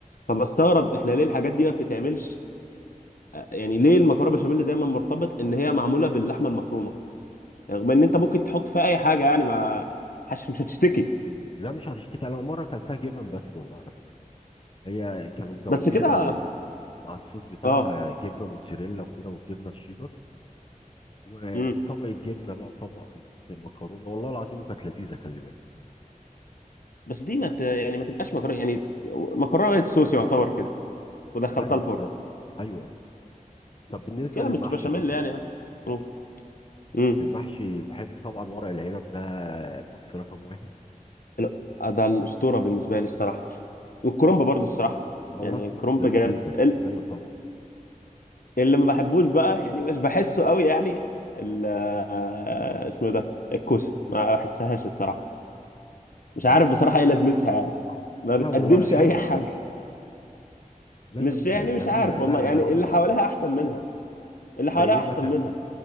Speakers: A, on the left; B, on the left.
A: فبستغرب احنا ليه الحاجات دي ما بتتعملش آه، يعني ليه المكرونه بشاميل دايما مرتبط ان هي معموله باللحمه المفرومه يعني رغم ان انت ممكن تحط فيها اي حاجه يعني ما حش مش هتشتكي
B: لا مش هتشتكي أنا مرة أكلتها جبن بس والله على فكرة هي كانوا مدوبين
A: بس كده
B: مع ال... مع الصوص بتاعها
A: اه
B: جبنة موتزاريلا وكده والجبنة الشيدر و...
A: امم
B: وطبقة جبنة بقى وطبقة مكرونة والله العظيم وكانت لذيذة خلي بالك
A: بس دي ما ت... يعني ما تبقاش مكرونه يعني مكرونه وايت صوص يعتبر كده ودخلتها
B: أيوه
A: الفرن
B: بالظبط أيوه طب
A: بس
B: بالنسبة
A: كده
B: للمحشي
A: مش بشاميل
B: مثلا
A: يعني امم امم
B: المحشي بحب طبعا ورق العنب ده بص رقم واحد
A: لا، ده الاسطوره بالنسبه لي الصراحه والكرنب
B: بالظبط
A: برضو الصراحه
B: والله
A: يعني
B: كرنب
A: الكرنب
B: جميل
A: جامد
B: جدا
A: ال-
B: أيوه طبعا
A: اللي ما بحبوش بقى يعني مش بحسه قوي يعني ال... آه، اسمه ده الكوسه ما بحسهاش الصراحه مش
B: لا
A: عارف
B: والله
A: بصراحه ايه لازمتها يعني ما
B: لا
A: بتقدمش
B: والله حلوة
A: اي حاجه
B: بجد لا
A: مش
B: جميلة
A: يعني
B: جميلة
A: مش عارف والله
B: لا لا
A: يعني
B: جميلة
A: اللي
B: والله
A: حواليها احسن منها اللي
B: زي
A: حواليها
B: ايه
A: احسن
B: مثلا
A: منها